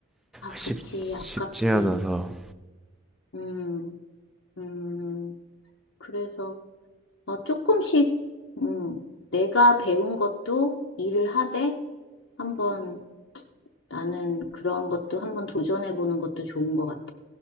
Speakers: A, on the left; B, in the centre.
A: 아,
B: 쉽,
A: 그치. 아깝지.
B: 쉽지 않아서.
A: 음, 음. 그래서, 어, 조금씩, 음, 내가 배운 것도 일을 하되 한번 나는 그런 것도 한번 도전해보는 것도 좋은 것 같아.